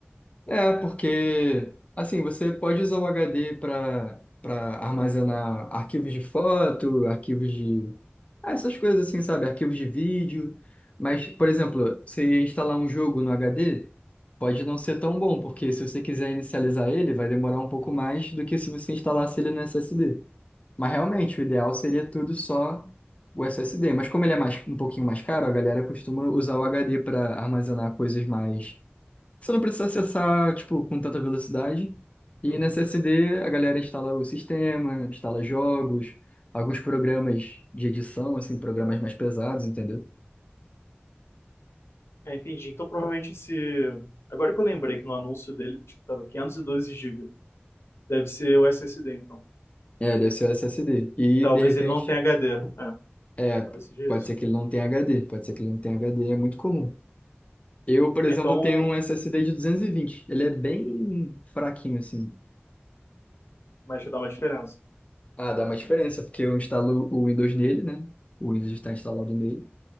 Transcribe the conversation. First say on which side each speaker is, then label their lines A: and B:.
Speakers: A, on the left; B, on the left.
A: É, porque assim, você pode usar o HD para para armazenar arquivos de foto, arquivos de ah, essas coisas assim, sabe? Arquivos de vídeo. Mas, por exemplo, você instalar um jogo no HD, pode não ser tão bom, porque se você quiser inicializar ele, vai demorar um pouco mais do que se você instalasse ele no SSD. Mas realmente, o ideal seria tudo só o SSD. Mas como ele é mais, um pouquinho mais caro, a galera costuma usar o HD para armazenar coisas mais você não precisa acessar, tipo, com tanta velocidade. E
B: Uhum.
A: nesse SSD a galera instala o sistema, instala jogos, alguns programas de edição, assim, programas mais pesados, entendeu?
B: É, entendi. Então, provavelmente esse. Agora que eu lembrei que no anúncio dele, tipo, tava 512 GB. Deve ser o SSD, então.
A: É, deve ser o SSD. E
B: Talvez
A: de repente,
B: ele não tenha HD. É,
A: é,
B: talvez seja
A: pode
B: isso.
A: ser que ele não tenha HD, pode ser que ele não tenha HD, é muito comum. Eu, por
B: Ah,
A: exemplo,
B: Então,
A: tenho um SSD de duzentos e vinte, Ele é bem fraquinho, assim.
B: mas já dá uma diferença.
A: Ah, dá uma diferença, porque eu instalo o Windows nele, né? O Windows está instalado nele.